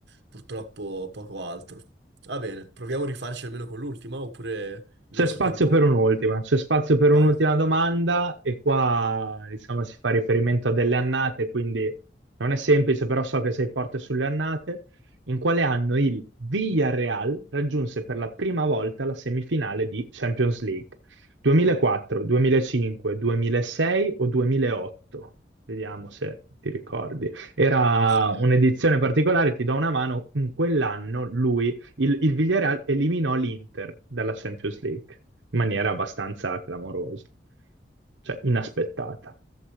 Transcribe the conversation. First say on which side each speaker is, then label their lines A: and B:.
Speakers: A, on the right (about 65°); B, on the right (about 85°).
A: purtroppo poco altro. Va bene, proviamo a rifarci almeno con l'ultima, oppure il
B: C'è
A: nostro
B: spazio
A: tempo...
B: per un'ultima, c'è spazio per
A: Vai.
B: un'ultima domanda e qua diciamo si fa riferimento a delle annate, quindi non è semplice, però so che sei forte sulle annate. In quale anno il Villarreal raggiunse per la prima volta la semifinale di Champions League? 2004, 2005, 2006 o 2008? Vediamo se ti ricordi. Era
A: Ah,
B: un'edizione particolare, ti do una mano, in quell'anno lui il, il Villarreal eliminò l'Inter dalla Champions League in maniera abbastanza clamorosa, cioè inaspettata.